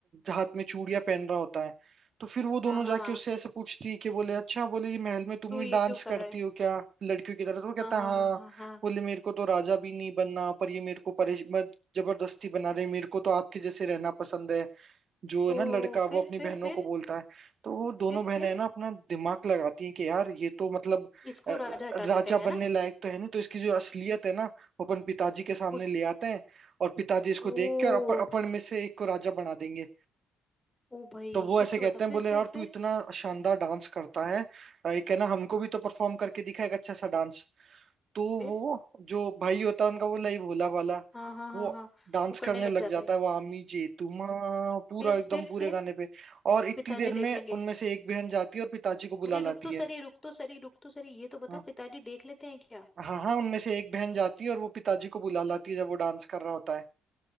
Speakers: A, on the right (about 50°); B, on the left (about 20°).
A: हाथ में चूड़ियां पहन रहा होता है तो फिर वो दोनों
B: हाँ हाँ
A: जाके
B: हाँ
A: उससे ऐसे पूछती है कि बोले अच्छा बोले ये महल में तुम
B: तू
A: ही
B: ये
A: डांस
B: क्यों
A: करती
B: कर रहा है
A: हो क्या लड़कियों की तरह तो वो कहता
B: हाँ हाँ
A: है "हाँ,
B: हाँ हाँ हाँ
A: बोले मेरे को तो राजा भी नहीं बनना पर ये मेरे को परेश मत जबरदस्ती बना रहे मेरे को तो आपके जैसे रहना पसंद है जो है
B: ओ
A: ना लड़का वो
B: फिर
A: अपनी
B: फिर
A: बहनों
B: फिर
A: को बोलता है तो वो दोनों
B: फिर
A: बहनें
B: फिर
A: है ना अपना दिमाग लगाती हैं कि यार ये तो मतलब
B: इसको
A: अ,
B: राजा हटा
A: राजा
B: देते हैं
A: बनने
B: ना
A: लायक तो है नहीं तो इसकी जो असलियत है ना वो अपन पिताजी के सामने
B: उस
A: ले आते हैं और पिताजी इसको
B: ओ
A: देख के और अप, अपन में से एक को राजा बना देंगे
B: ओ भाई
A: तो वो
B: सच
A: ऐसे कहते
B: बता
A: हैं
B: फिर
A: बोले यार
B: फिर फिर
A: तू इतना शानदार डांस करता है अ, एक है ना हमको
B: हम्म
A: भी तो परफॉर्म करके दिखा एक अच्छा सा डांस तो
B: फिर
A: वो जो भाई होता है उनका वो लई भोला वाला
B: हाँ हाँ हाँ
A: वो
B: हाँ
A: डांस
B: वो करने
A: करने
B: लग
A: लग
B: जाता
A: जाता
B: है
A: है वो आमी जी तुम्हा पूरा
B: फिर
A: एकदम
B: फिर
A: पूरे
B: फिर
A: गाने पे और इतनी
B: पिताजी
A: देर
B: देख
A: में
B: लेंगे
A: उनमें से एक बहन जाती है और पिताजी को बुला
B: अरे
A: लाती
B: रुक तो
A: है
B: सरी रुक तो सरी रुक तो सरी ये तो बता
A: हाँ
B: पिताजी देख लेते हैं क्या
A: हाँ हाँ, उनमें से एक बहन जाती है और वो पिताजी को बुला लाती है जब वो डांस कर रहा होता है